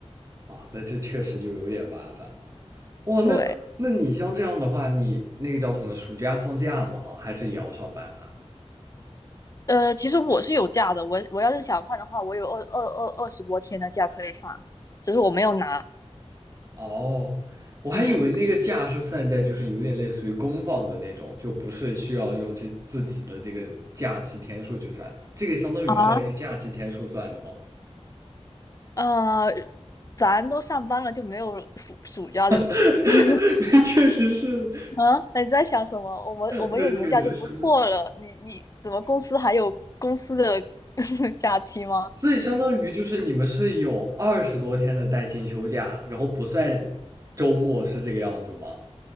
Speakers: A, on the right (about 30°); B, on the left (about 30°).
A: 哦，那这确实就有点麻烦。哇，那那你像这样的话，
B: 对。
A: 你那个叫什么，暑假放假吗？还是也要上班啊？
B: 呃，其实我是有假的，我我要是想放的话，我有二二二二十多天的假可以放，只是我没有拿。
A: 哦，我还以为那个假是算在就是有点类似于公放的那种，
B: 嗯，
A: 就不是需要用这自己的这个假期天数去算，这个相当于是要用假期天数算的吗？
B: 啊，呃，咱都上班了，就没有暑暑假这个东西
A: <laughs>
B: <laughs>
A: 那确实是，
B: 啊？你在想什么？我们我们有年假就不错了，
A: 那确实是，
B: 你你怎么公司还有公司的 <laughs> 假期吗？
A: 所以相当于就是你们是有二十多天的带薪休假，然后不算周末，是这个样子吗？